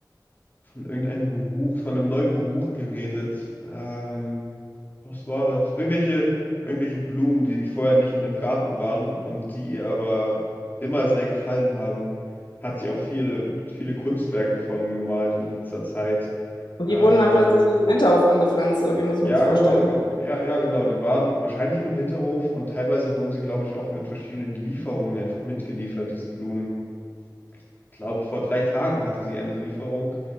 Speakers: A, on the left; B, on the left.
A: von irgendeinem Geruch, von einem neuen Geruch geredet. Ähm, was war das? Irgendwelche, irgendwelche Blumen, die vorher nicht in dem Garten waren und die ihr aber immer sehr gefallen haben. Hat sie auch viele, viele Kunstwerke von gemalt in letzter Zeit.
B: Und
A: Ähm,
B: die wurden dann plötzlich in diesem Hinterhof angepflanzt, oder wie muss
A: ja,
B: ich mir das vorstellen?
A: genau, ge- ja, ja, genau. Die waren wahrscheinlich in einem Hinterhof und teilweise wurden sie, glaube ich, auch mit verschiedenen Lieferungen einfach mitgeliefert, diese Blumen. Ich glaube, vor drei Tagen hatte sie eine Lieferung,